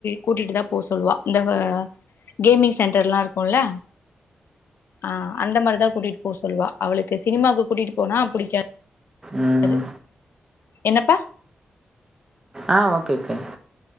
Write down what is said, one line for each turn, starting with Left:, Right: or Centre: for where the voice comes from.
Left: கூட்டிட்டு தா போ சொல்வா இந்த கேமி சென்டர்லா இருக்குல ஆஹ் அந்த மாரிதா கூட்டிட்டு போ சொல்லுவா அவளுக்கு சினிமாக்கு கூட்டிட்டு போனா புடிக்காது
Right: ம்
Left: அது என்னப்பா
Right: ஆ ஓகே ஓகே